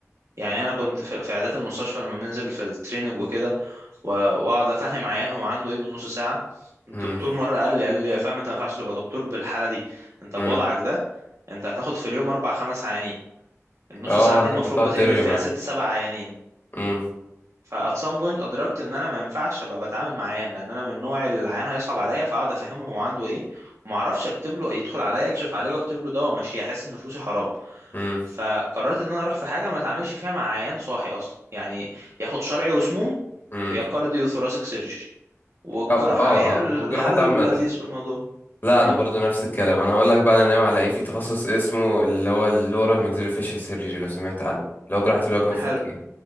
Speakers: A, on the right; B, on the left.
A: يعني انا كنت في, في عيادات المستشفى لما بننزل في التريننج وكده و- واقعد افهم عيان هو عنده ايه بالنص ساعه الدكتور
B: امم
A: مره قال لي قال لي يا فاهم انت ما ينفعش تبقى دكتور بالحاله دي انت
B: امم
A: بوضعك ده انت هتاخد في اليوم اربع خمس عيانين النص
B: اه
A: ساعه دي
B: ان
A: المفروض
B: انت تقعد
A: بتقلب
B: ترغي
A: فيها
B: معاه
A: ست سبع عيانين
B: امم
A: فات سام بوينت ادركت ان انا ما ينفعش ابقى بتعامل مع عيان لان انا من النوع اللي العيان هيصعب عليا فاقعد افهمه هو عنده ايه وما اعرفش اكتب له يدخل عليا اكشف عليه واكتب له دواء وامشيه احس ان فلوسي حرام
B: امم
A: فقررت ان انا اروح في حاجه ما اتعاملش فيها مع عيان صاحي اصلا يعني ياخد شرعي وسموم
B: امم
A: يا كارديو ثوراسيك سيرجري والجراحه
B: او اه
A: هي الحل
B: اه لو جراحات عامه
A: اللذيذ في الموضوع
B: لا
A: مم.
B: انا برضو نفس الكلام انا هقول لك بقى انا ناوي على ايه في تخصص اسمه اللي هو الاورال ماكسيلو فيشل سيرجري لو سمعت عنه اللي هو جراحه الوجه والفكين
A: حلو